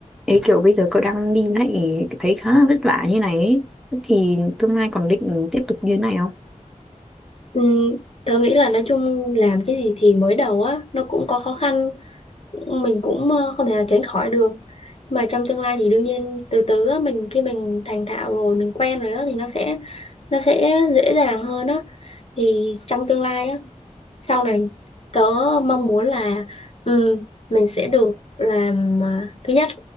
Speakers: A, in the centre; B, on the left.
A: ấy kiểu bây giờ cậu đang đi lại thấy khá là vất vả như này ấy. Thì tương lai còn định tiếp tục như thế này không?
B: Ừ, tớ nghĩ là nói chung làm cái gì thì mới đầu á nó cũng có khó khăn mình cũng ờ, không thể nào tránh khỏi được mà trong tương lai thì đương nhiên từ từ á mình khi mình thành thạo rồi mình quen rồi á thì nó sẽ nó sẽ dễ dàng hơn á thì trong tương lai á sau này tớ mong muốn là ừ, mình sẽ được làm à, thứ nhất